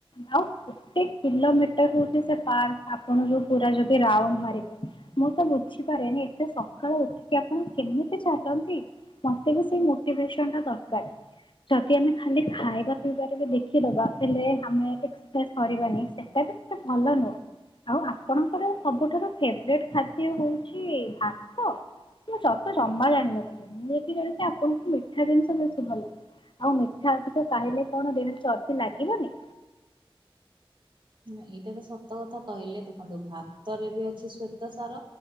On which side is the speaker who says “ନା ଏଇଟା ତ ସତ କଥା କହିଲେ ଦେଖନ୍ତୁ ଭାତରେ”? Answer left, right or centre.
Right